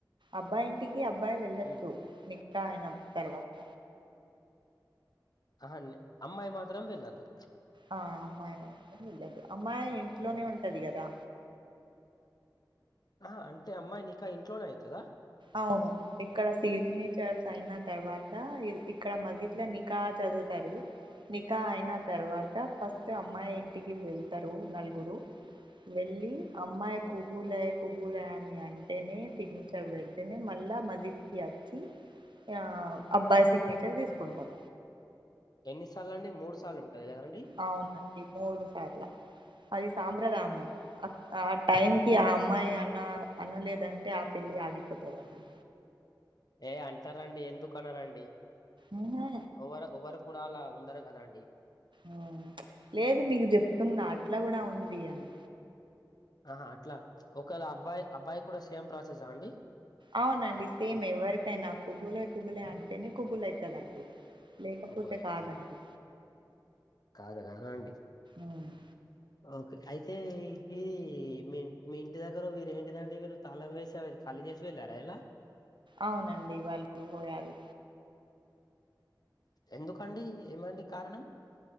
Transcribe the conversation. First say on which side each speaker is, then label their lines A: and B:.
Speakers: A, on the right; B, on the left.
A: అబ్బాయి ఇంటికి అబ్బాయి వెళ్ళొచ్చు
B: ఉమ్,
A: నీ తాగినాం తర్వాత
B: ఆహా అమ్మాయి మాత్రం వెళ్ళొద్దు
A: ఆ అమ్మాయి లే లేదు అమ్మాయి ఇంట్లోనే ఉంటది గదా
B: ఆహా అంటే అమ్మాయి నీకా ఇంట్లోనే అయితదా
A: అవును ఇక్కడ సిగ్నేచర్స్ అయిన తర్వాత ఇక్కడ మదిట్లో నికాచదువుతారు నికా అయినాత్ తర్వాత ఫస్ట్ అమ్మాయి ఇంటికి వెళ్తారు నలుగురు వెళ్లి అమ్మాయి ఖుబూల్ హై ఖుబూల్ హై అని అంటేనే ఫిగ్నిచర్ బెట్ పెడితేనే మళ్లా మదిత్ కి వచ్చి ఆ అబ్బాయి సిగ్నేచర్ దీసుకుంటాం
B: ఎన్నిసార్లు అండి మూడు సార్లు ఉంటది గాదండి
A: అవునండి మూడు సార్ల అది సాంప్రదాయమే ఆ టైమ్ కి ఆ అమ్మాయి అన్న అన్న లేదంటే ఆ పెళ్లి ఆగిపోతుదండి
B: ఏ అంటారండి ఎందుకు అన్నారండి
A: అయినా
B: ఒవరు ఒవరు కూడా అలా ఉండరు గదా అండి
A: ఆ మ్చ్ లేదు మీకు జేప్తున్నా అట్లా గూడ ఉంది అని
B: ఆహా అట్లా ఒకవేళ అబ్బాయి అబ్బాయి కూడా సేమ్ ప్రాసెసా అండి
A: అవునండి సేమ్ ఎవరికైనా ఖుబూల్ హై ఖుబూల్ హై అంటేనే ఖుబూల్ అయితదండి లేకపోతే
B: కొబ్బలే అయితదండి
A: కాదండి
B: కాదు గదా అండి
A: ఉమ్.
B: ఓకే అయితే ఇది మీ మీ ఇంటి దగ్గర వీరేంటిదండి మీరు తాళం వేసే వే ఖాళీ జేసీ వెళ్లారా ఇలా
A: అవునండి వాళ్లు వెళ్లి పోయారు
B: ఎందుకండి ఏమండి కారణం